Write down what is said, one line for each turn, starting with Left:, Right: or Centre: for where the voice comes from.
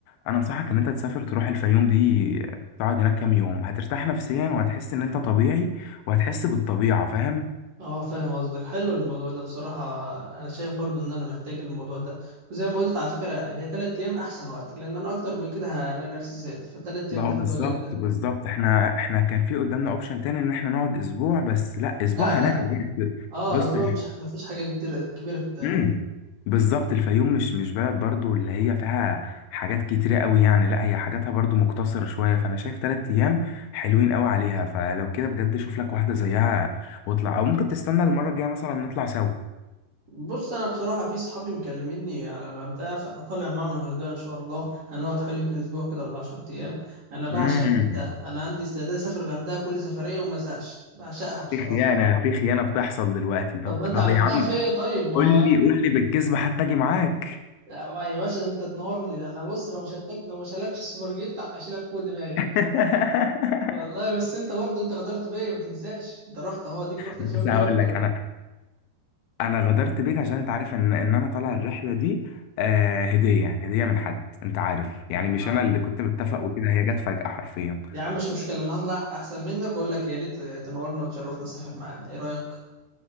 Left: أنا أنصحك إن أنت تسافر تروح الفيوم دي تقعد هناك كام يوم هترتاح نفسيا وهتحس إن أنت طبيعي وهتحس بالطبيعة فاهم؟
Right: اه فاهم قصدك حلو الموضوع ده بصراحة انا شايف برضو ان انا محتاج الموضوع ده وزي ما قلت على فكرة هي تلات ايام احسن وقت لان انا اكتر من كده هلاقي نفسي زهقت فالتلات
Left: بقى
Right: ايام دي حلوة
Left: بالظبط
Right: جدا
Left: بالظبط احنا احنا كان في قدامنا اوبشن تاني ان احنا نقعد اسبوع بس لا اسبوع
Right: لا لا
Left: هنعمل ايه
Right: اه
Left: بص
Right: اسبوع مش مفيش حاجة كبيرة كبيرة تتعمل
Left: امم بالظبط الفيوم مش مش بلد برضو اللي هي فيها حاجات كتيرة قوي يعني لا هي حاجاتها برضو مقتصرة شوية فانا شايف تلات ايام حلوين قوي عليها فلو كده بجد شوف لك واحدة زيها واطلع او ممكن تستنى المرة الجاية مثلا نطلع سوا
Right: بص انا بصراحة في صحابي مكلميني على الغردقة فانا طالع معاهم الغردقة ان شاء الله هنقعد حوالي يمكن اسبوع كده ولا 10 ايام انا بعشق
Left: امم
Right: الغردقة انا عندي استعداد اسافر الغردقة كل سفرية وما ازهقش بعشقها بصراحة
Left: في خيانة في خيانة بتحصل دلوقتي طب
Right: طب ما انت
Left: طب
Right: عملتها
Left: يا عم
Right: فيا طيب ما
Left: قول لي قول لي بالكذب حتى اجي معاك
Right: لا ما- يا باشا ده انت تنورني ده انا بص لو مش هلتك... لو مش هلاكش السوبر جيت اشيلك فوق دماغي
Left: <laughs>
Right: <laughs> والله بس انت برضه انت غدرت بيا ما تنساش انت رحت اهو ديك رحت
Left: بس
Right: الفيلم من
Left: هقول
Right: غير ما تقول
Left: لك
Right: لي
Left: انا انا غدرت بيك عشان انت عارف ان ان انا طالع الرحله دي آه هديه هديه من حد انت عارف يعني مش
Right: اه
Left: انا اللي كنت متفق وكده هي جت فجاه حرفيا
Right: يا عم مش مشكله انا هطلع احسن منك واقول لك يا ريت تنورنا وتشرفنا سافر معانا ايه رايك